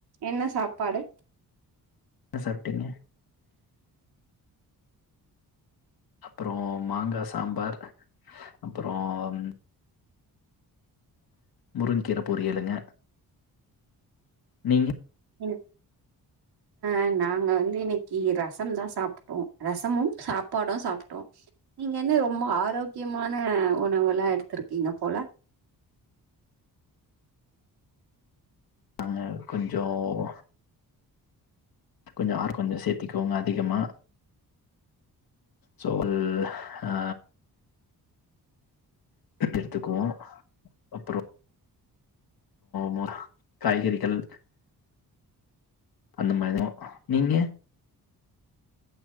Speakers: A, on the right; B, on the left.
A: என்ன சாப்பாடு
B: ந சாப்ட்டீங்க அப்றோ மாங்கா சாம்பார் அப்பறோம் முருங்கீர பொரியளுங்க நீங்க
A: எல் அ நாங்க வந்து இன்னிக்கி ரசம் தா சாப்ட்டோ ரசமும் சாப்பாடு சாப்ட்டோ நீங் என்னெ ரொம் ஆரோக்கியமான உணவுல்லா எத்துர்க்கீங்க போல
B: நாங்க கொஞ்சோவ் கொஞ்ச ஆர் கொஞ்சு சேத்திக்கோங்க அதிகமா சோவல்ல ஹா எடுத்துக்குவோ அப்பறோ மோ காய்கறிகள் அந்த மாத்யோ நீங்க